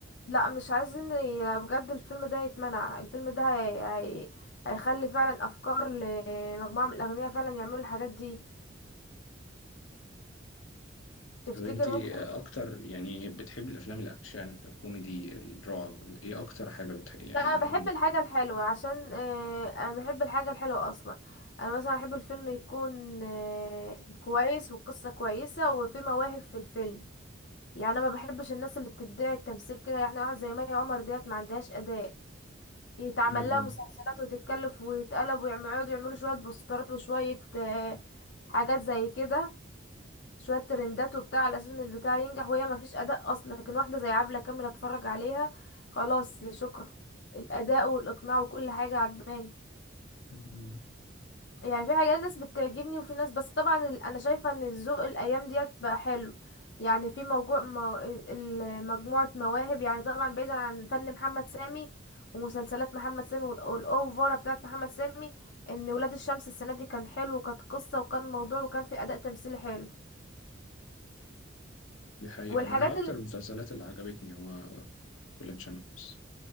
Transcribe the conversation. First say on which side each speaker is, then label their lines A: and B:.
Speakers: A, on the left; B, on the left.
A: لا مش عايزين ي- بجد الفيلم ده يتمنع الفيلم ده هي... هي... هيخلي فعلا افكار لمجموعة من الاغنياء فعلا يعملوا الحاجات دي تفتكر
B: طب انتي
A: ممكن
B: أكتر يعني بتحبي الأفلام الأكشن الكوميدي الرعب إيه أكتر حاجة بتحبي يعني
A: لا، انا بحب الحاجة الحلوة عشان آه، انا بحب الحاجة الحلوة اصلا انا مثلا احب الفيلم يكون آه، كويس والقصة كويسة وفي مواهب في الفيلم يعني انا ما بحبش الناس اللي بتدعي التمثيل كده يعني واحد زي مي عمر ديت ما عندهاش اداء يتعمل
B: م-
A: لها مسلسلات وتتكلف ويتقلب ويقعدوا يعملوا شوية بوسترات وشوية آه، حاجات زي كده شوية ترندات وبتاع على أساس إن البتاع ينجح وهي مفيش أداء أصلا لكن واحدة زي عبلة كامل أتفرج عليها خلاص شكرا الأداء والإقناع وكل حاجة عجباني
B: م-
A: يعني في حاجات ناس بتعجبني وفي ناس بس طبعا ال- انا شايفه ان الذوق الايام ديت بقى حلو يعني في موجوع مو... ال- ال- مجموعه مواهب يعني طبعا بعيدا عن فن محمد سامي ومسلسلات محمد سامي وال- والاوفره بتاعت محمد سامي ان ولاد الشمس السنه دي كان حلو وكانت قصه وكان موضوع وكان في اداء تمثيلي حلو
B: دي حقيقة
A: والحاجات
B: أنا من أكتر
A: ال...
B: المسلسلات اللي عجبتني هو ولاد شمس